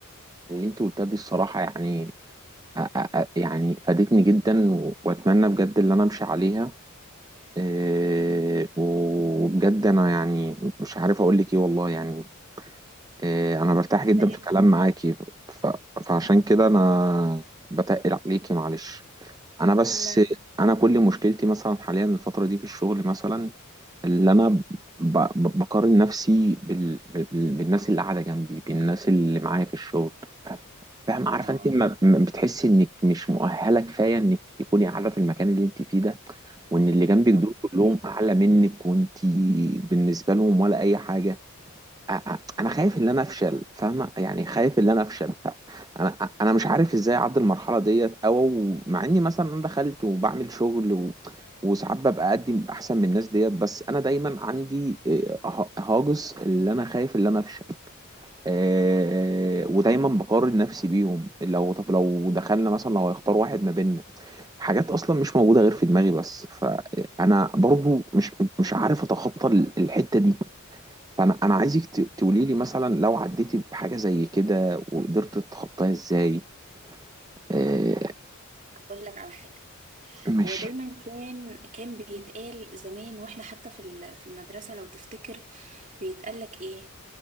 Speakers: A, on the right; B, on the right.
A: اللي انت قلتها دي الصراحه يعني أ- أ- أ- يعني فادتني جدا و- واتمنى بجد اللي انا امشي عليها آه، وبجد انا يعني مش عارف اقول لك ايه والله يعني آه، انا برتاح جدا
B: فاهم
A: في كلام معاكي ف- فعشان كده انا بتقل عليكي معلش انا بس
B: لا
A: انا كل مشكلتي مثلا حاليا الفتره دي في الشغل مثلا اللي انا ب- ب- بقارن نفسي بال... بال... بالناس اللي قاعده جنبي بالناس اللي معايا في الشغل فاهم عارفه
B: لا
A: انت ما ما بتحسي انك مش مؤهله كفايه انك تكوني قاعده في المكان اللي انت فيه ده وان اللي جنبك
B: لا
A: دول كلهم
B: فاهمك،
A: اعلى منك وانت بالنسبه لهم ولا اي حاجه أ- انا خايف ان انا افشل فاهمه يعني خايف ان انا افشل ف- انا انا مش عارف ازاي اعدي المرحله ديت او مع اني مثلا انا دخلت وبعمل شغل و... وساعات ببقى اقدم احسن من الناس ديت بس انا دايما عندي آه، ه- هاجس اللي انا خايف ان انا افشل آه، ودايما بقارن نفسي بيهم لو طب لو دخلنا مثلا لو هيختار واحد ما بيننا حاجات اصلا مش موجوده غير في دماغي بس فانا برضو مش مش عارف اتخطى الحته دي فانا انا عايزك ت- تقولي لي مثلا لو عديتي بحاجه زي كده وقدرت تتخطاها ازاي آه
B: فاهمك. بقول لك على حاجة
A: ماشي
B: هو دايما كان كان بيتقال زمان واحنا حتى في ال- في المدرسة لو تفتكر بيتقال لك ايه